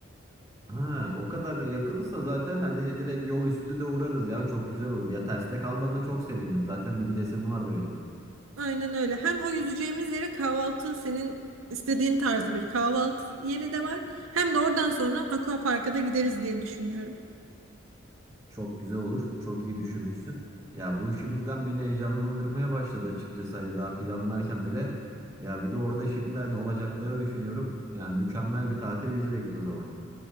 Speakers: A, on the right; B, on the right.
A: Ha, o kadar yakınsa zaten hani direkt yol üstü de uğrarız ya. Çok güzel olur. Ya terste kalmadığına çok sevindim. Zaten bir gidesim vardı benim.
B: Aynen öyle. Hem o yüzeceğimiz yere kahvaltı senin istediğin tarzı bir kahvaltı yeri de var. Hem de oradan sonra Aquapark'a da gideriz diye düşünüyorum.
A: Çok güzel olur. Çok iyi düşünmüşsün. Ya bu şimdiden beni heyecanlandırmaya başladı açıkçası. Hani daha planlarken bile. Ya bir de orada şimdi hani olacakları düşünüyorum. Yani mükemmel bir tatil bizi bekliyor o zaman.